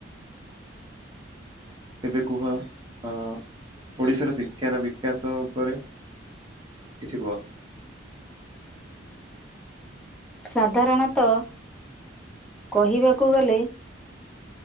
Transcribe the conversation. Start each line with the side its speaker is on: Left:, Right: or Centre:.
Right: ଏବେ କୁହ ଅ ଓଡିଶାର ଶିକ୍ଷାର ବିକାଶ ଉପରେ। କିଛି କୁହ?
Centre: ସାଧାରଣତଃ କହିବାକୁ ଗଲେ